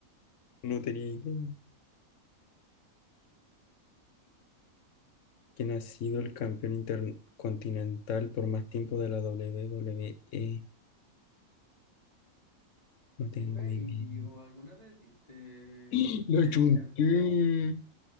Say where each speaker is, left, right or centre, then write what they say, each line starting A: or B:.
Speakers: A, on the left; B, on the left.
A: No tenía idea. ¿Quién ha sido el campeón intercontinental por más tiempo de la WWE? No
B: ¿Tuve
A: tengo idea.
B: y o alguna vez viste
A: <gasps> Lo
B: pelea?
A: chunté.